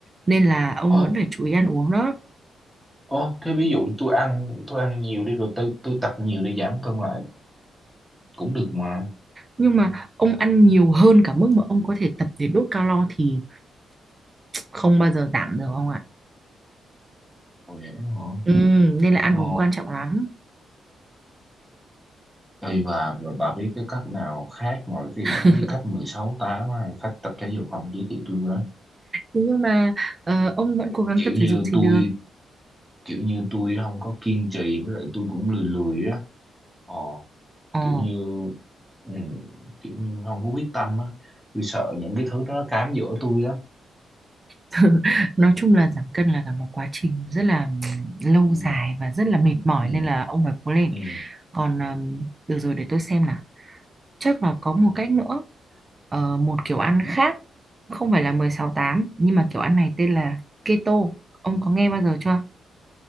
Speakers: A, on the right; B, in the centre.
A: nên là ông
B: Ờ,
A: vẫn phải chú ý ăn uống đó
B: ờ, thế ví dụ tôi ăn tôi ăn nhiều đi rồi tôi tôi tập nhiều để giảm cân lại cũng được mà.
A: nhưng mà ông ăn nhiều hơn cả mức mà ông có thể tập để đốt calo thì không bao giờ giảm được ông ạ
B: Ồ vậy hả?
A: ừ, nên là ăn
B: Ờ.
A: uống quan trọng lắm
B: Ê, và, và bà biết cái cách nào khác ngoài cái
A: <laughs>
B: những cái cách 16 8 hay cách tập thể dục không giới thiệu tôi với?
A: Thế nhưng mà ờ, ông vẫn cố gắng
B: Kiểu
A: tập
B: như
A: thể dục thì
B: tôi
A: được
B: kiểu như tôi không có kiên trì với lại tôi cũng lười lười á ờ
A: Ờ,
B: kiểu như ừ, kiểu như không có quyết tâm á tôi sợ những cái thứ đó nó cám dỗ tôi lắm
A: <laughs> nói chung là giảm cân là cả một quá trình rất là lâu
B: ừ
A: dài và rất là mệt mỏi
B: ừ
A: nên là ông phải cố lên.
B: ừ
A: Còn ừm, được rồi để tôi xem nào. Chắc là có một cách nữa, Ờ, một kiểu ăn khác, không phải là mười sáu tám nhưng mà kiểu ăn này tên là keto. Ông có nghe bao giờ chưa?